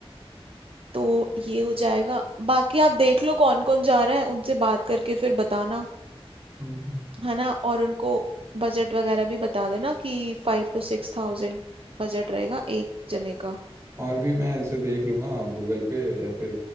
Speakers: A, on the right (about 60°); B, on the right (about 30°).
A: तो ये हो जाएगा बाकी आप देख लो कौन कौन जा रहा है उनसे बात करके फिर बताना
B: हम्म।
A: है ना और उनको बजट वगैरह भी बता देना कि फाइव टू सिक्स थाउजेंड बजट रहेगा एक जने का
B: और भी मैं ऐसे देख लूंगा गूगल पे या फिर